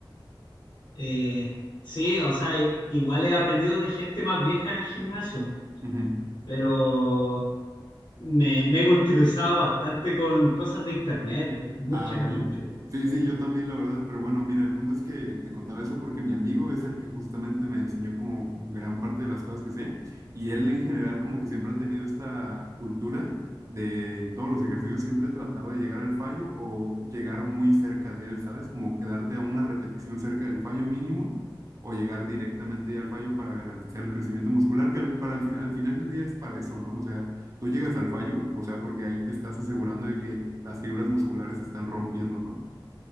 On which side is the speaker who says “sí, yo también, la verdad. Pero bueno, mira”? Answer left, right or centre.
Right